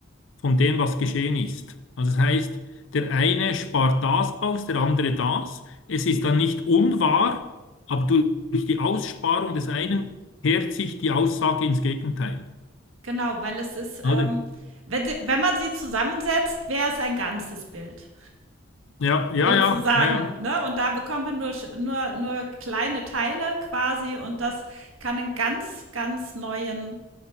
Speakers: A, on the left; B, on the right.
A: von dem, was geschehen ist. Also das heißt, der eine spart das aus, der andere das. Es ist dann nicht unwahr, aber durch die Aussparung des einen kehrt sich die Aussage ins Gegenteil.
B: genau, weil es ist, ähm,
A: Oder?
B: wenn, wenn man sie zusammensetzt, wäre es ein ganzes Bild.
A: Ja, ja,
B: sozusagen.
A: ja, ja, ja,
B: Ne? Und da bekommt man nur, nur, nur kleine Teile quasi und das kann einen ganz, ganz neuen